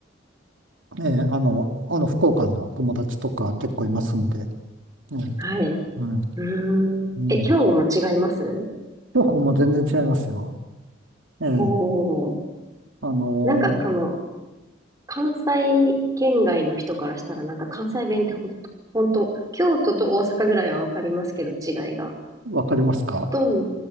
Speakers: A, on the right; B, on the right.
A: ええあの、あの、福岡の友達とか結構いますんで、ええ
B: はい。う
A: うん、
B: ーん。
A: うん。
B: え、兵庫も違います
A: 京子も全然違いますよ。ええ
B: おー。
A: あの、
B: なんかこの、関西圏外の人からしたら、なんか関西弁ってほんと、ほんと、京都と大阪ぐらいはわかりますけど、違いが。
A: わかりますか
B: と、